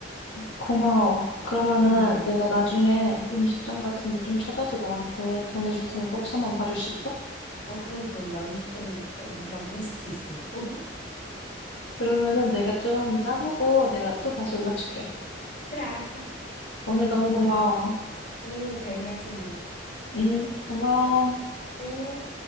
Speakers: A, on the left; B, on the left.
A: 고마워. 그러면은
B: 음,
A: 내가 나중에 음식점 같은 데 좀 찾아서 너한테 보내줄 테니까 혹시 한번 봐줄 수 있어?
B: 어, 그럼, 그럼. 나 음식점 막 리스트 있어. <laughs>
A: 그러면은 내가 좀 짜보고 내가 또 다시 연락 줄게.
B: 그래, 알았어.
A: 오늘 너무 고마워.
B: 음, 별 말씀을.
A: 응, 고마워.
B: 음.